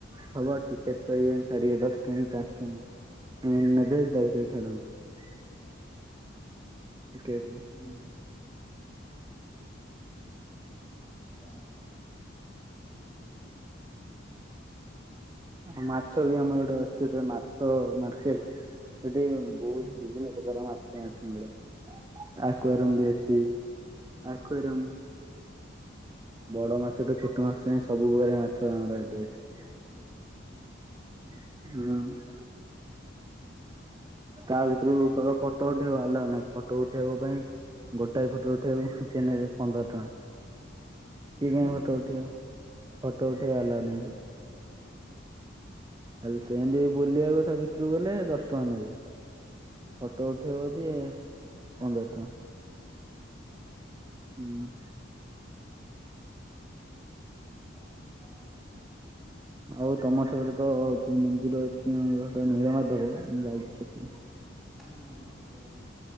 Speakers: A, on the right; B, in the centre.
A: ହବ ଟିକେଟ କର ଛାଡିବେ ଦଶ ଟା ପାଞ୍ଚ ଟା ନେବେ ଛାଡନ୍ତି
B: <inaudible>
A: ଟିକେ
B: ହୁଁ ଆଚଛା ହୁଁ
A: ଆ ମାଛ ବି ଆମର ଗୋଟେ ଅଛି ଗୋଟେ ମାଛ ମାର୍କେଟ ସେଠି
B: ହୁଁ
A: ବହୁତ ବିଭିନ୍ନ ପ୍ରକାର ମାଛ ମାଛ ମଳ ଆକ୍ୱାରମ
B: ହୁଁ ହୁଁ
A: ବି ଅଛି ଆଖରମ୍ <inaudible> ବଡ ମାଛଟୁ ଛୋଟ ମାଛ ନାହି ସବୁ ପ୍ରକାର ମାଛ ଆମର ଏଠି ଅଛି
B: ହୁଁ ହୁଁ
A: ହଁ ତା ଭିତରୁ କେବଳ ଫଟୋ ଉଠେଇବା ଆଲଗ ନହିଁ ଫଟୋ ଉଠେଇବା ପାଇଁ ଗୋଟାଏ ଫଟରେ ଉଠେଇକୁ ସିଏ ନେବେ ପନ୍ଦର ଟଙ୍କା କିଏ
B: ହୁଁ
A: କାଇହି ଫଟୋ ଉଠେଇବା ଫଟୋ ଉଠେଇବା ଆଲା ନାହିଁ ସେଠି ହେ ସେତି ବୁଲିବା କଥା ଭିତରୁକୁ ଗଲେ ଦଶଟା ଟଙ୍କା ନେବେ ଫଟୋ ଉଠେଇବ
B: ହୁଁ
A: ଯଦି ପନ୍ଦର ଟଙ୍କା ହୁଁ
B: ଆଚଛା
A: ଆଉ ତମର ସେବଟ ତ ଯୋଉ ମନ୍ଦିର ଅଛି ଆମରଟ ନୀଳମାଧବ ମୁଁ ଯାଇଛି ସେଠି
B: ହୁଁ ହୁଁ ଖଣ୍ଟଲା